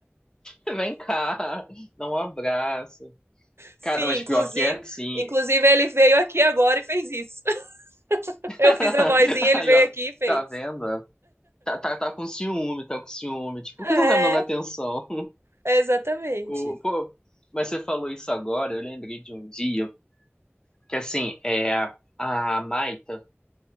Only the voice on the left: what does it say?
Vem cá. Dá um abraço.
Cara, mas
pior que é assim.
<laughs>
Aí,
ó,
tá vendo? Tá, tá, tá com ciúme, tá com ciúme. Tipo, por
que você não tá me dando atenção?
O, pô, mas você falou isso agora, eu lembrei de um dia que, assim, é, a, a Maita,